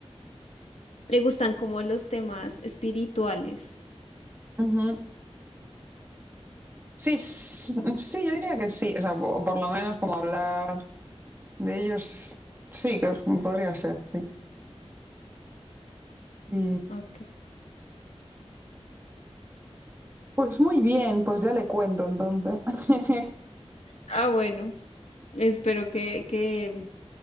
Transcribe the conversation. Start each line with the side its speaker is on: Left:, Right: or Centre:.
Left: le gustan como los temas espirituales.
Right: Ujú. Sí, s- mm, sí, yo diría que sí. O sea, po- por, lo menos como hablar de ellos, sí, que os- podría ser, sí. Y
Left: Okay.
Right: pues muy bien, pues ya le cuento entonces. <laughs>
Left: Ah, bueno, espero que, que,